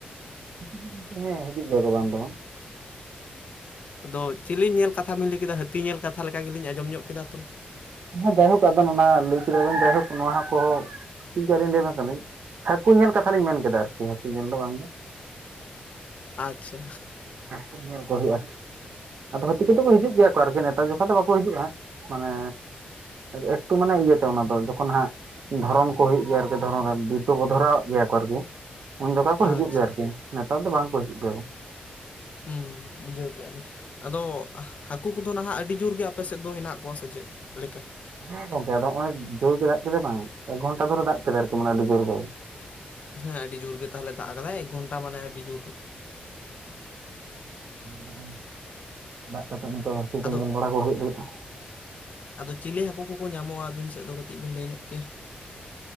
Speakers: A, on the right (about 60°); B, on the left (about 45°).
A: ᱠᱤᱪᱷᱩ ᱠᱤᱪᱷᱩ ᱱᱚᱛᱮ ᱦᱮᱸ ᱦᱤᱡᱩᱜ ᱜᱮᱭᱟ ᱠᱚ ᱵᱟᱝ ᱫᱚ ᱵᱟᱝ᱾
B: ᱟᱫᱚ ᱪᱤᱞᱤᱧ ᱧᱮᱞ ᱠᱟᱛᱷᱟ ᱵᱤᱱ ᱞᱟᱹᱭ ᱠᱮᱫᱟ ᱦᱟᱹᱛᱤ ᱧᱮᱞ ᱠᱟᱛᱷᱟ ᱞᱮᱠᱟ ᱜᱮᱞᱤᱧ ᱟᱸᱡᱚᱢ ᱧᱚᱜ ᱠᱮᱫᱟ ᱛᱚ?
A: ᱦᱮᱸ ᱡᱟᱭᱦᱳᱠ ᱟᱵᱮᱱ ᱚᱱᱟ ᱞᱟᱹᱭ ᱠᱮᱫᱟ ᱵᱮᱱ ᱡᱟᱭᱦᱳᱠ ᱱᱚᱣᱟᱦᱚᱸ ᱠᱚ ᱴᱷᱤᱠ ᱜᱮᱭᱟ ᱞᱤᱧ ᱞᱮᱭ ᱟᱵᱮᱱ ᱠᱟᱱᱟᱞᱤᱧ ᱦᱟᱹᱠᱩ ᱧᱮᱞ ᱠᱟᱛᱷᱟ ᱞᱤᱧ ᱢᱮᱱ ᱠᱮᱫᱟ ᱟᱨᱠᱤ ᱦᱟᱹᱛᱤ ᱧᱮᱞ ᱫᱚ ᱵᱟᱝ ᱜᱮ᱾
B: ᱟᱪᱪᱷᱟ
A: ᱦᱟᱠᱩ ᱧᱮᱞ ᱠᱚ ᱦᱳᱭᱳᱜ-ᱟ ᱟᱫᱚ ᱦᱟᱹᱛᱤ ᱠᱚᱫᱚ ᱠᱚ ᱦᱤᱡᱩᱜ ᱜᱮᱭᱟ ᱠᱚ ᱟᱨᱠᱤ ᱱᱮᱛᱟᱨ ᱡᱚᱠᱷᱟ ᱫᱚ ᱵᱟᱠᱚ ᱦᱤᱡᱩᱜ-ᱟ ᱦᱟᱸᱜ ᱢᱟᱱᱮ ᱮᱠᱴᱩ ᱢᱟᱱᱮ ᱤᱭᱟᱹᱛᱮ ᱚᱱᱟ ᱫᱚ ᱡᱚᱠᱷᱚᱱ ᱦᱟᱸᱜ ᱫᱷᱚᱨᱚᱱ ᱠᱚ ᱦᱩᱭᱩᱜ ᱜᱮᱭᱟ ᱟᱨᱠᱤ ᱫᱷᱚᱨᱚᱱ ᱨᱮ ᱵᱤᱨ ᱠᱚᱠᱚ ᱫᱷᱚᱨᱟᱣ ᱟᱜ ᱜᱮᱭᱟ ᱠᱚ ᱟᱨᱠᱤ᱾ ᱩᱱ ᱡᱚᱠᱷᱟ
B: ᱟᱪᱪᱷᱟ
A: ᱠᱚ ᱦᱤᱡᱩᱜ ᱜᱮᱭᱟ ᱟᱨᱠᱤ ᱱᱮᱛᱟᱨ ᱫᱚ ᱵᱟᱝᱠᱚ ᱦᱤᱡᱩᱜ ᱜᱮᱭᱟ ᱠᱚ᱾
B: ᱦᱩᱸ ᱵᱩᱡᱷᱟᱹᱣ ᱠᱮᱜ-ᱟ ᱞᱤᱧ ᱟᱫᱚ ᱦᱟᱹᱠᱩ ᱠᱚ ᱱᱟᱦᱟᱜ ᱟᱹᱰᱤ ᱡᱳᱨ ᱜᱮ ᱟᱯᱮ ᱥᱮᱫ ᱫᱚ ᱦᱮᱱᱟᱜ ᱠᱚᱣᱟ ᱥᱮ ᱪᱮᱫ ᱞᱮᱠᱟ?
A: ᱦᱮᱸ ᱜᱚᱝᱠᱮ ᱟᱫᱚ ᱦᱚᱜ-ᱚᱭ ᱡᱳᱨ ᱜᱮ ᱫᱟᱜ ᱠᱮᱫᱟ ᱵᱟᱝ ᱮᱠ ᱜᱷᱚᱱᱴᱟ ᱫᱷᱚᱨᱮ ᱫᱟᱜ ᱠᱮᱫᱟ ᱟᱨᱠᱤ ᱢᱟᱱᱮ ᱟᱹᱰᱤ ᱡᱳᱨ ᱜᱮ᱾
B: ᱦᱮᱸ ᱟᱹᱰᱤ ᱡᱳᱨ ᱜᱮ ᱛᱟᱦᱞᱮ ᱫᱟᱜ ᱟᱠᱟᱫᱟᱭ ᱮᱠ ᱜᱷᱚᱱᱴᱟ ᱢᱟᱱᱮ ᱟᱹᱰᱤ ᱡᱳᱨ ᱜᱮ᱾
A: ᱟᱫᱚᱜ-ᱚᱭ ᱫᱟᱜ ᱠᱟᱛᱮᱫ ᱱᱤᱛᱳᱜ ᱫᱚ ᱦᱟᱹᱠᱩ ᱠᱚ
B: ᱟᱫᱚ
A: ᱧᱮᱞ ᱵᱟᱲᱟ ᱠᱚ ᱦᱩᱭᱩᱜ ᱞᱟᱹᱜᱤᱫ᱾
B: ᱟᱫᱚ ᱪᱤᱞᱤ ᱦᱟᱹᱠᱩ ᱠᱚᱠᱚ ᱧᱟᱢᱚᱜ-ᱟ ᱟᱹᱵᱤᱱ ᱥᱮᱫ ᱫᱚ ᱠᱟᱹᱴᱤᱡ ᱵᱤᱱ ᱞᱟᱹᱭ ᱧᱚᱜ ᱠᱮᱭᱟ?